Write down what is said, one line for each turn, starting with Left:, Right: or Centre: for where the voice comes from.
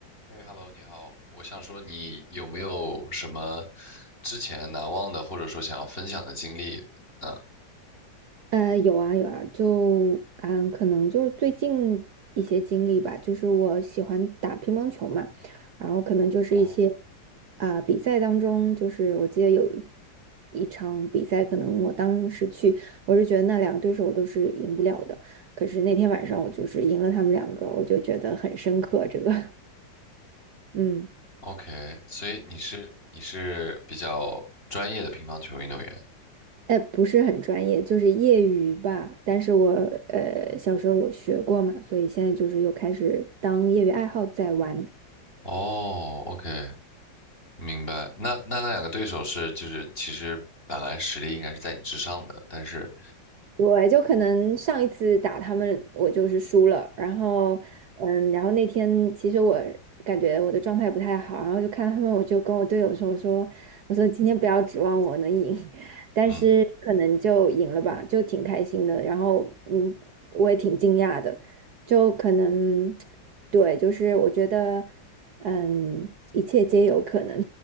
Left: 嘿，Hello，你好，我想说，你有没有什么之前难忘的，或者说想要分享的经历呢？
Right: 呃，有啊有啊，就嗯，可能就是最近一些经历吧，就是我喜欢打乒乓球嘛，然后可能就是一些
Left: 哦
Right: 啊、比赛当中，就是我记得有一一场比赛，可能我当时去，我是觉得那两个对手我都是赢不了的，可是那天晚上我就是赢了他们两个，我就觉得很深刻这个，<laughs> 嗯。
Left: ，OK，所以你是你是比较专业的乒乓球运动员。
Right: 哎，不是很专业，就是业余吧。但是我呃小时候有学过嘛，所以现在就是又开始当业余爱好在玩。
Left: 哦，OK，明白。那那那两个对手是就是其实本来实力应该是在你之上的，但是
Right: 对，就可能上一次打他们，我就是输了。然后，嗯，然后那天其实我感觉我的状态不太好，然后就看他们，我就跟我队友说，我说，我说今天不要指望我能赢，<laughs> 但是可能就赢了吧，
Left: 嗯
Right: 就挺开心的。然后，嗯，我也挺惊讶的，就可能，对，就是我觉得，嗯，一切皆有可能。